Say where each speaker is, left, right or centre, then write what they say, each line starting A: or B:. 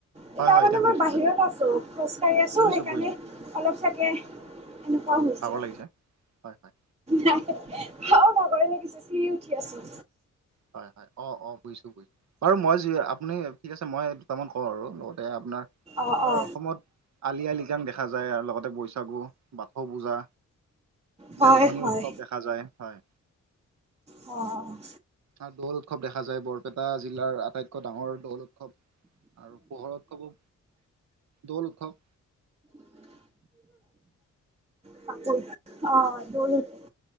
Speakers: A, on the right; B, on the right.
A: তাৰ
B: হয় হয়
A: মানে
B: এতিয়া
A: মই
B: শুনিছো
A: বাহিৰত
B: হয়
A: আছোঁ, খোজ কাঢ়ি আছোঁ,
B: বুজিছো
A: সেইকাৰণে
B: বুজিছো
A: অলপ চাগে এনেকুৱা হৈছে।
B: ভাগৰ লাগিছে হয় হয়।
A: নাই অ' ভাগৰ লাগিছে চিৰি উঠি আছোঁ।
B: হয় হয় অ', অ', বুজিছোঁ বুই বাৰু মই য আপুনি ঠিক আছে মই দুটামান কওঁ আৰু লগতে আপোনাৰ
A: অ
B: আমাৰ
A: অ
B: অসমত আলি আই লিগান দেখা যায় আৰু লগতে বৈশাগু, বাথৌ পূজা।
A: হয়
B: দেওধনী
A: হয়
B: উৎসৱ দেখা যায় হয়।
A: অ'।
B: আৰু দৌল উৎসৱ দেখা যায় বৰপেটা জিলাৰ আটাইতকৈ ডাঙৰ দৌল উৎসৱ আৰু পোহৰ উৎসৱো, দৌল উৎসৱ।
A: কাপোৰ অ' <unintelligible>